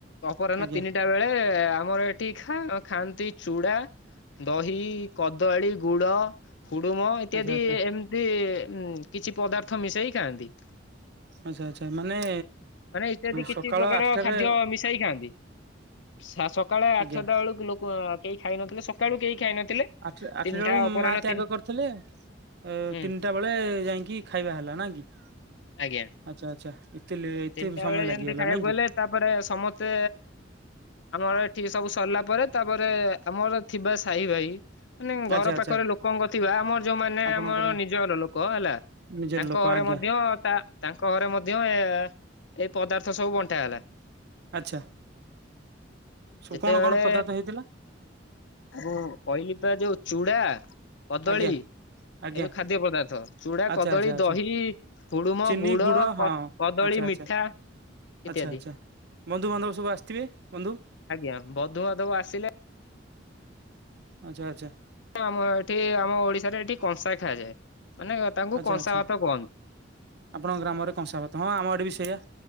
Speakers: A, on the left; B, on the right.
A: ଅପରାହ୍ନ
B: ଆଜ୍ଞା
A: ତିନିଟା ବେଳେ ଆମର ଏ ଟି ଖା ଖାଆନ୍ତି ଚୁଡ଼ା, ଦହି, କଦଳୀ, ଗୁଡ଼ ହୁଡୁମ ଇତ୍ୟାଦି
B: ଆଚ୍ଛା ଆଚ୍ଛା
A: ଏମତି କିଛି ପଦାର୍ଥ ମିଶେଇ ଖାଆନ୍ତି।
B: ଆଚ୍ଛା ଆଚ୍ଛା ମାନେ
A: ମାନେ ଇତ୍ୟାଦି କିଛି
B: ସକାଳ
A: ପ୍ରକାର
B: ଆଠଟାରେ
A: ଖାଦ୍ୟ ମିଶାଇ ଖାଆନ୍ତି। ସ ସକାଳେ ଆଠଟା
B: ଆଜ୍ଞା
A: ବେଳକୁ ଲୋକ କେହି ଖାଇନଥିଲେ ସକାଳୁ କେହି ଖାଇନଥିଲେ
B: ଆଠ ଆଠଟା
A: ତିନିଟା
B: ବେଳୁକୁ
A: ଅପରାହ୍ନ
B: ମା ତ୍ୟାଗ
A: ତିନି
B: କରିଥିଲେ ଉଁ
A: ହୁଁ
B: ତିନି ଟା ବେଳେ ଯାଇଙ୍କି ଖାଇବା ହେଲା ନା କି?
A: ଆଜ୍ଞା।
B: ଆଚ୍ଛା ଆଚ୍ଛା ଏତେ ଲେ ଏତେ
A: ତିନିଟା
B: ସମୟ
A: ବେଳେ ଯେମିତି
B: ଲାଗିଗଲା
A: ଖାଇବାକୁ
B: ନାଇଁ
A: ଗଲେ
B: କି
A: ତାପରେ ସମତେ ଆମର ଏଠି ସବୁ ସରିଲାପରେ ତାପରେ ଆମର ଥିବା ସାହି ଭାଇ ମାନେ ଘର
B: ଆଚ୍ଛା
A: ପାଖରେ
B: ଆଚ୍ଛା
A: ଲୋକଙ୍କ ଥିବା ଆମର ଯୋଉମାନେ
B: ଆପଣଙ୍କର
A: ଆମର ନିଜର ଲୋକ ହେଲା
B: ନିଜର
A: ତାଙ୍କ
B: ଲୋକ
A: ଘରେ
B: ଆଜ୍ଞା
A: ମଧ୍ୟ ତା ତାଙ୍କ ଘରେ ମଧ୍ୟ ଏ ଏ ପଦାର୍ଥ ସବୁ ବଣ୍ଟା ଗଲା।
B: ଆଚ୍ଛା ସବୁ
A: ଯେତେବେଳେ
B: କଣ କଣ ପଦାର୍ଥ ହେଇଥିଲା?
A: ମୁଁ କହିଲି ପା ଯୋଉ ଚୁଡା, କଦଳୀ
B: ଆଜ୍ଞା ଆଜ୍ଞା
A: ଏଇ ଯୋଉ ଖାଦ୍ୟ ପଦାର୍ଥ ଚୁଡା,
B: ଆଚ୍ଛା
A: କଦଳୀ,
B: ଆଚ୍ଛା ଆଚ୍ଛା
A: ଦହି, ହୁଡୁମ,
B: ଚିନି
A: ଗୁଡ
B: ହଁ
A: କଦଳୀ
B: ଆଚ୍ଛା
A: ମିଠା
B: ଆଚ୍ଛା
A: ଇତ୍ୟାଦି
B: ଆଚ୍ଛା ଆଚ୍ଛା ବନ୍ଧୁବାନ୍ଧବ ସବୁ ଆସିଥିବେ ବନ୍ଧୁ?
A: ଆଜ୍ଞା ବନ୍ଧୁବାନ୍ଧବ ଆସିଲେ।
B: ଆଚ୍ଛା ଆଛା।
A: ଆମ ଏଠି ଆମ ଓଡିଶାରେ ଏଠି କଂସା ଖାଆଯାଏ ମାନେ ତାଙ୍କୁ
B: ଆଚ୍ଛା
A: କଂସା
B: ଆଚ୍ଛା
A: ଭାତ କୁହନ୍ତି।
B: ଆପଣଙ୍କ ଗ୍ରାମରେ କଂସାପାତ ହଁ ଆମ ଆଡେ ବି ସେଇଆ